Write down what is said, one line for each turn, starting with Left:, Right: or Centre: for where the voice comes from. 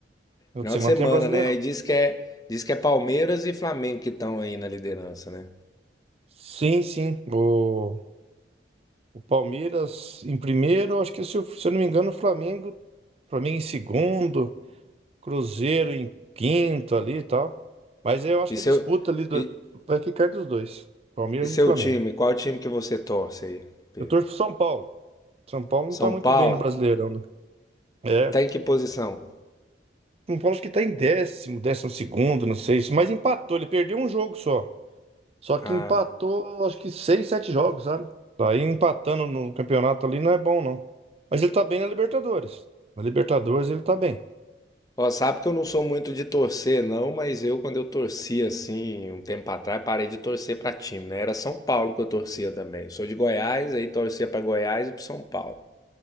Right: Final
Left: Final
Right: de semana
Left: de semana,
Right: tem o Brasileirão.
Left: né? E diz que é, diz que é Palmeiras e Flamengo que estão aí na liderança, né?
Right: Sim, sim. O, o Palmeiras em primeiro, acho que se, eu- se eu não me engano, o Flamengo, Flamengo em segundo. Cruzeiro em quinto ali e tal. Mas eu acho que
Left: E
Right: é
Left: seu,
Right: disputa ali do...
Left: e,
Right: vai ficar entre os dois, Palmeiras
Left: e
Right: e
Left: seu
Right: Flamengo.
Left: time? Qual time que você torce aí, Pedro?
Right: Eu torço pro São Paulo. São Paulo
Left: São
Right: não tá muito
Left: Paulo?
Right: bem no Brasileirão, né? É.
Left: Tá em que posição?
Right: São Paulo acho que tá em décimo, décimo segundo, não sei. Mas empatou, ele perdeu um jogo só. Só que
Left: Ah,
Right: empatou, acho que seis, sete jogos, sabe? Tá Aí empatando no campeonato ali não é bom, não. Mas ele tá bem na Libertadores. Na Libertadores ele tá bem.
Left: ó, sabe que eu não sou muito de torcer, não, mas eu, quando eu torcia assim, um tempo atrás, parei de torcer pra time, né? Era São Paulo que eu torcia também. Eu sou de Goiás, aí torcia pra Goiás e pro São Paulo.